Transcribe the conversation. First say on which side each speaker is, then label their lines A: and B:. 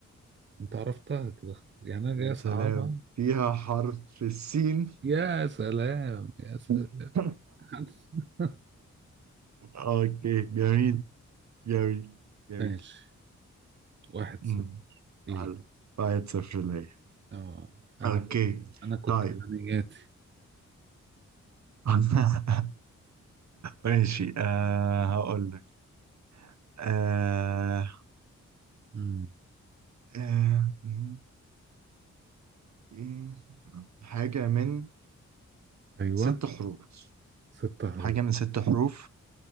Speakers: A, on the right (about 40°); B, on the right (about 65°).
A: انت عرفتها كده يعني انا جاي
B: يا
A: اصعبها
B: سلام فيها حرف السين
A: يا سلام يا سلام
B: <laughs>
A: <laughs>
B: اوكي جميل جميل جميل
A: ماشي واحد صفر
B: امم
A: ليه
B: حلو واحد صفر ليا
A: اه انا
B: اوكي
A: انا كنت
B: طيب
A: اعلانياتي
B: <laughs> ماشي آه هقول لك آه
A: امم
B: آه م- إيه، حاجة من
A: ايوه
B: ست حروف
A: ست حروف
B: حاجة من ست حروف